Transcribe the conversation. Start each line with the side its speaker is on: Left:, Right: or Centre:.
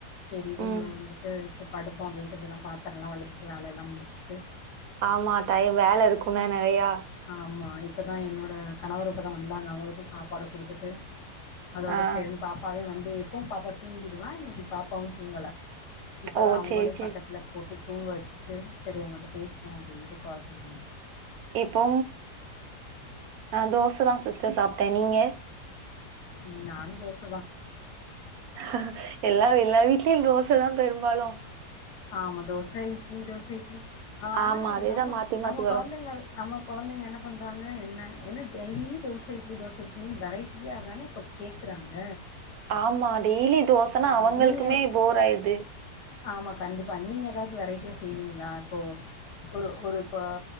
Left: சரி ரூம்ல
Right: ம்
Left: வந்துட்டு படுப்போம் அப்டின்ட்டு இப்பதா பாத்ரம்லா வெலக்கிட்டு வேலல்லா முடிச்சிட்டு
Right: ஆமா டைம் வேல இருக்குன நறையா
Left: ஆமா இப்பதா என்னோட கணவரு இப்பதா வந்தாங்க அவங்களுக்கு சாப்பாடு குடுத்துட்டு அதோட
Right: ஆ
Left: சரினு பாப்பாவே வந்து எப்பவும் பாப்பா தூங்கிடுவா இன்னைக்கு பாப்பாவு தூங்கல இப்பதான்
Right: ஓ
Left: அவுங்களே
Right: சேரி சேரி
Left: பக்கத்துல போட்டு தூங்க வெச்சுட்டு செரி உங்கள்ட்ட பேசுவோ அப்டின்ட்டு கால் பண்ண
Right: இப்போ அஹ் தோச தா சிஸ்டர் சாப்ட்டே நீங்க
Left: ம் நானு தோசதான்
Right: ஹ எல்லா எல்லா வீட்லயும் தோசை தா பெரும்பாலும்
Left: ஆமா தோச இட்லி தோச இட்லி ஆனா
Right: ஆமா அதேதா
Left: நம்ம
Right: மாத்தி
Left: நம்ம
Right: மாத்தி வரு
Left: கொழந்தைங்க நம்ம கொழந்தைங்க என்ன பண்றாங்க என்ன என்ன டெய்லி தோச இட்லி தோச இட்லி வெரைட்டியா தானே இப்ப கேக்குறாங்க
Right: ஆமா டெய்லி தோசனா
Left: ஆ
Right: அவங்களுக்குமே
Left: நீங்க
Right: போர் ஆயிர்து
Left: ஆமா கண்டிப்பா நீங்க ஏதாவது வெரைட்டியா செய்வீங்களா இப்போ ஒரு ஒரு இப்ப